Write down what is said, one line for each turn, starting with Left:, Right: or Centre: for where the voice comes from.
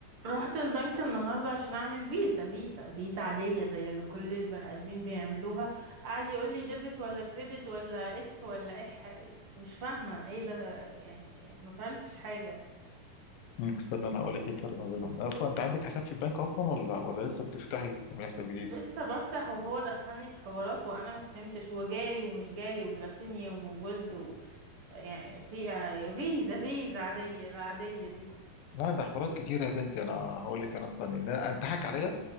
Right: رحت البنك النهاردة عشان أعمل فيزا فيزا فيزا عادية زي اللي كل البني آدمين بيعملوها قعد يقول لي ديبت ولا كريدت ولا اف ولا اح مش فاهمة ايه ده يعني ما فهمتش حاجة
Left: مم. استنى انا هقول لك ايه الفرق ما بينهم اصلا انت عندك حساب في البنك اصلا ولا ولا لسه بتفتحي تعملي حساب جديد
Right: لسه بفتح وهو دخلني في حوارات وأنا ما فهمتش وجاري ومش جاري وبلاتينيوم وجولد و... يعني في آه، فيزا فيزا عادية العادية دي
Left: لا ده حوارات كتيره يا بنتي انا هقول لك انا استني لا اتضحك عليا